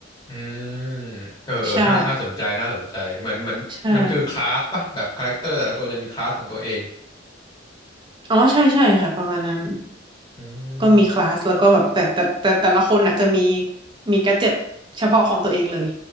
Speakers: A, on the left (about 20°); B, on the right (about 25°).
A: อืมเออเออน่าน่าสนใจน่าสนใจเหมือนเหมือนมันคือคลาสป่ะแบบคาแรคเตอร์แต่ละตัวจะมีคลาสของตัวเอง
B: ใช่ใช่อ๋อใช่ใช่ค่ะประมาณนั้น
A: อืม
B: ก็มีคลาสแล้วก็แบบแต่แต่แต่แต่ละคนน่ะจะมีมีแกดเจ็ตเฉพาะของตัวเองเลย